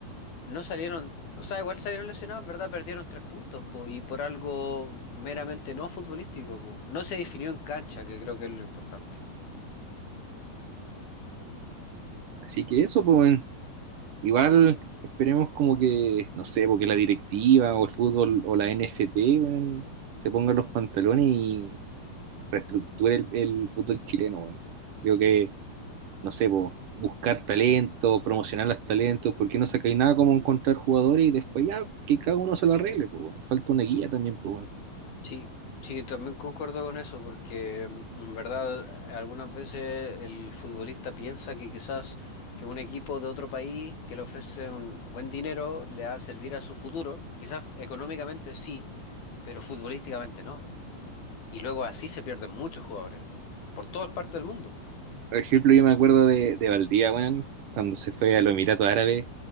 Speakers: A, on the left; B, on the right.
A: No salieron, o sea, igual salieron lesionados, ¿verdad? Perdieron tres puntos, po, y por algo meramente no futbolístico, po. No se definió en cancha, que creo que es lo importante.
B: Así que eso, pues, weón. Igual esperemos como que, no sé, porque la directiva o el fútbol o la NFP, weón, se pongan los pantalones y reestructure el, el fútbol chileno, weón. Creo que, no sé, po, buscar talento, promocionar los talentos, porque no sacáis nada como encontrar jugadores y después ya que cada uno se lo arregle, pues, weón. Falta una guía también, pues, weón.
A: Sí, sí, también concuerdo con eso, porque mm, en verdad algunas veces el futbolista piensa que quizás que un equipo de otro país que le ofrece un buen dinero le va a servir a su futuro, quizás económicamente sí, pero futbolísticamente no. Y luego así se pierden muchos jugadores, por todas partes del mundo.
B: Por ejemplo, yo me acuerdo de, de Valdía, weón, cuando se fue a los Emiratos Árabes.